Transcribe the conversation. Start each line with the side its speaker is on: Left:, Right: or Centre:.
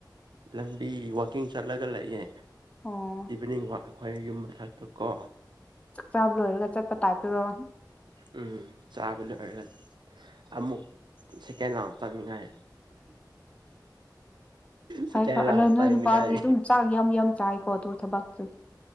Right: ꯂꯝꯕꯤ ꯋꯥꯛꯀꯤꯡ ꯆꯠꯂꯒ ꯂꯩꯌꯦ
Left: ꯑꯣ
Right: ꯏꯚꯤꯅꯤꯡꯋꯥꯛ꯫ ꯑꯩꯈꯣꯏ ꯌꯨꯝ ꯃꯊꯥꯛꯇ ꯀꯣ
Left: ꯆꯥꯛ ꯆꯥꯕ ꯂꯣꯏꯔꯒ ꯆꯠꯄ ꯇꯥꯏꯞꯇꯔꯣ
Right: ꯎꯝ ꯆꯥꯕ ꯂꯣꯏꯔꯒ ꯑꯃꯨꯛ ꯁꯦꯀꯦꯟ ꯔꯥꯎꯟ ꯆꯪꯅꯤꯡꯉꯥꯏ ꯁꯦꯀꯦꯟ
Left: ꯑꯣꯝ ꯐꯔꯦ
Right: ꯔꯥꯎꯟ
Left: ꯅꯣꯏ
Right: ꯆꯪꯅꯤꯡꯉꯥꯏ
Left: ꯅꯨꯄꯥꯗꯤ ꯑꯗꯨꯝ ꯆꯥꯛ ꯌꯥꯝ ꯌꯥꯝ ꯆꯥꯏꯀꯣ ꯑꯗꯨ ꯊꯕꯛꯇꯨꯗꯤ